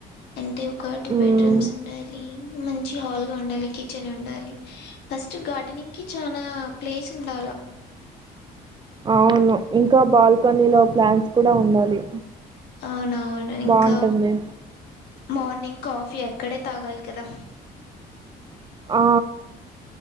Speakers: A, on the left; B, on the right.
A: అంతే ఒ క టూ
B: మ్మ్
A: బెడ్రూమ్స్ ఉండాలి మం చి హాల్గా ఉండాలి కిచెన్ ఉండాలి ఫస్ట్ గార్డెనింగ్ కి చానా ప్లేస్ ఉండాల
B: అవును ఇంకా బాల్కనీ లో ప్లాంట్స్ కూడా ఉండాలి
A: అవునవును ఇంకా
B: బాగుంటుంది
A: మార్నింగ్ కాఫీ అక్కడే తాగాలి కదా
B: ఆ